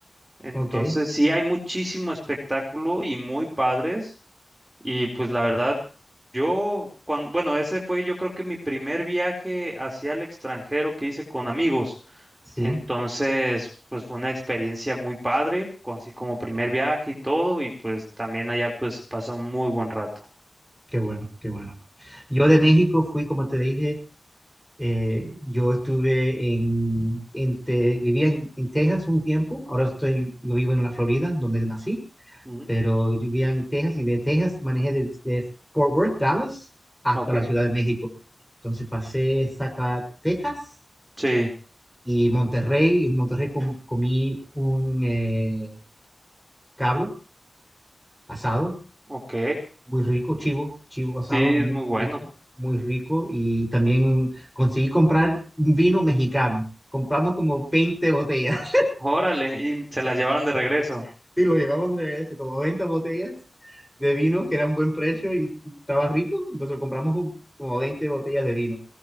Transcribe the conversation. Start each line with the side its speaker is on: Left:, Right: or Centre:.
Right: Entonces
Centre: Ok,
Right: sí hay muchísimo espectáculo y muy padres. Y pues la verdad, yo, cuando, bueno, ese fue yo creo que mi primer viaje hacia el extranjero que hice con amigos.
Centre: sí,
Right: Entonces, pues fue una experiencia muy padre, con- así como primer viaje y todo. Y pues también allá pues pasó un muy buen rato.
Centre: qué bueno, qué bueno. Yo de México fui, como te dije, eh, yo estuve en, en Te- vivía en, en Texas un tiempo, ahora estoy, yo vivo en la Florida, donde nací,
Right: Ujú.
Centre: pero yo vivía en Texas y de Texas manejé desde Fort Worth, Dallas, hasta
Right: Ok.
Centre: la Ciudad de México. Entonces pasé Zacatecas
Right: Sí,
Centre: y Monterrey, en Monterrey com- comí un eh, cabro asado,
Right: ok.
Centre: muy rico, chivo, chivo asado,
Right: Sí,
Centre: muy,
Right: es muy bueno.
Centre: muy, muy rico. Y también conseguí comprar un vino mexicano. Compramos como 20 botellas
Right: Órale, y se las llevaron de regreso.
Centre: <laughs> y lo llevamos de regreso, como 20 botellas de vino, que era un buen precio y estaba rico. Entonces compramos un- como 20 botellas de vino